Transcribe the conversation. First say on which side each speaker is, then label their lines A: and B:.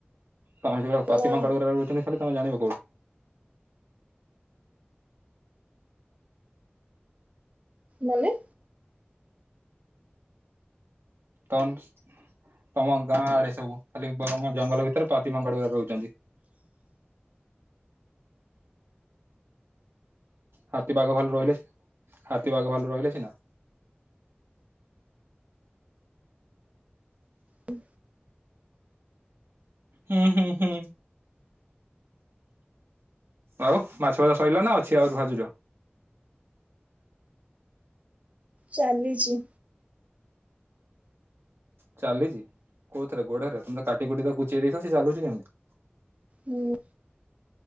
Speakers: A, on the right; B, on the right.
A: ତମେ ସେଠି ପାତିମାଙ୍କଡ
B: ନା
A: ଗୁରା ରହୁଥିଲେ ହେଲେ ତମେ ଜାଣିବ କୋଉଠୁ?
B: ମାନେ
A: ତମ୍ସ ତମ ଗାଁ ଆଡେ ସବୁ ଖାଲି ଜଙ୍ଗଲ ଭିତରେ ପାତିମାଙ୍କଡଗୁରା ରହୁଛନ୍ତି। ହାତୀ ବାଘ ଭାଲୁ ରହିଲେ ସି ହାତୀ ବାଘ ଭଲୁ ରହିଲେ ସିନା
B: ହୁଁ
A: ହୁଁ ହୁଁ ହୁଁ। ଆଉ ମାଛ ଭଜା ସଇଲା ନା ଅଛି ଆଉ ଭାଜୁଛ?
B: ଚାଲିଛି
A: ଚାଲିଛି କୋଉଥିରେ ଗୋଡରେ ତମେ କାଟିକୁଟି ତା କୁଚେଇ ଦେଇଛ ସେ ଚାଲୁଛି କେମିତି?
B: ହୁଁ।